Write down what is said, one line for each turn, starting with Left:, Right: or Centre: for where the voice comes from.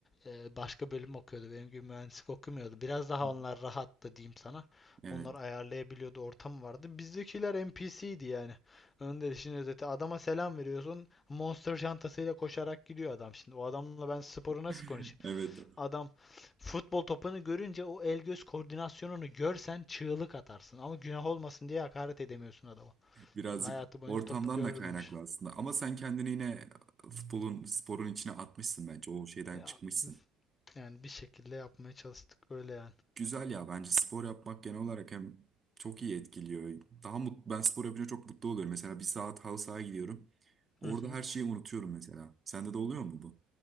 Left: e, başka bölüm okuyordu. Benim gibi mühendislik okumuyordu. Biraz
Right: <laughs>
Left: daha onlar rahattı diyeyim sana.
Right: Evet.
Left: Onlar ayarlayabiliyordu, ortam vardı. Bizdekiler NPC'ydi yani. Önde işin özeti. Adama selam veriyorsun. Monster çantasıyla koşarak gidiyor adam şimdi. O adamla ben sporu
Right: <laughs>
Left: nasıl konuşayım?
Right: Evet.
Left: Adam futbol topunu görünce o el göz koordinasyonunu görsen çığlık atarsın. Ama günah olmasın diye hakaret edemiyorsun adama.
Right: Birazcık
Left: Hayatı boyunca
Right: ortamdan
Left: topu görmemiş.
Right: da kaynaklı aslında. Ama sen kendini yine futbolun, sporun içine atmışsın bence. O şeyden
Left: Ya
Right: çıkmışsın.
Left: Yani bir şekilde yapmaya çalıştık öyle yani.
Right: Güzel ya bence spor yapmak genel olarak hem çok iyi etkiliyor. Daha mut ben spor yapınca çok mutlu oluyorum. Mesela bir saat halı sahaya gidiyorum. Orada
Left: Hı hı.
Right: her şeyi unutuyorum mesela. Sende de oluyor mu bu?